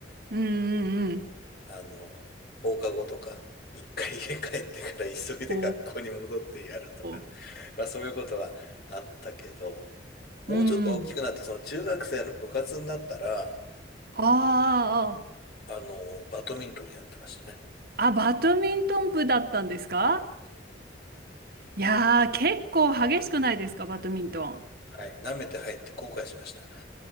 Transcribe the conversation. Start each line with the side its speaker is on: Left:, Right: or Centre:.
Right: うんうんうん。
Left: あの、放課後とか、一回 <laughs> 家帰ってから急いで学校に戻ってやるとか、
Right: おー。
Left: まあそういうことはあったけど、もうちょっと大きくなって、
Right: うん。
Left: その中学生の部活になったら、
Right: あー
Left: あの、バドミントンやってましたね。
Right: あー。あ、バドミントン部だったんですか
Left: そうです
Right: いやー、結構激しくないですか、バドミントン。
Left: はい、舐めて入って後悔しました。